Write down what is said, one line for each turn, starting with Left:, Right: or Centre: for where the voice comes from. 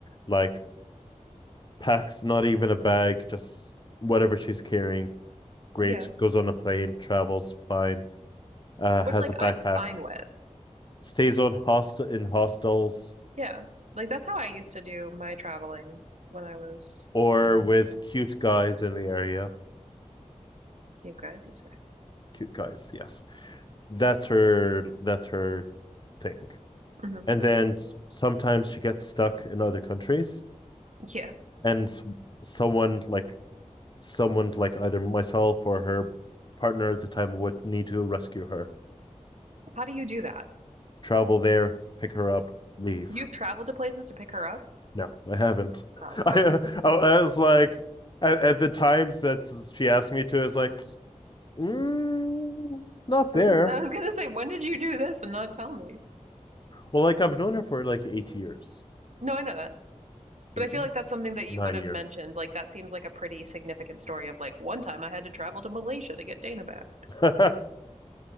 Left: like packs not even a bag just whatever she's carrying great
Right: Yeah.
Left: goes on a plane travels fine uh
Right: Which
Left: has
Right: like
Left: a backpack
Right: I'm fine with.
Left: stays on hostel in hostels
Right: Yeah. Like that's how I used to do my traveling when I was
Left: or
Right: younger.
Left: with cute guys in the area
Right: Cape guys, you say.
Left: cute guys yes that's her that's her thing
Right: hmm
Left: and then sometimes she gets stuck in other countries
Right: Yeah.
Left: and someone like someone like either myself or her partner at the time would need to rescue her
Right: How do you do that?
Left: travel there pick her up leave
Right: You've traveled to places to pick her up?
Left: no i haven't <laughs>
Right: Oh,
Left: i, uh,
Right: okay.
Left: I I was like at, at the times that she asked me to I was like mm, not
Right: <laughs>
Left: there
Right: I was I was gonna say, when did you do this and not tell me?
Left: well like i've known her for like eight years
Right: No, I know that. But
Left: eight
Right: I feel like that's something that
Left: nine
Right: you would have
Left: years
Right: mentioned. Like that seems like a pretty significant story of like one time I had to travel to Malaysia to get Dana back.
Left: <laughs>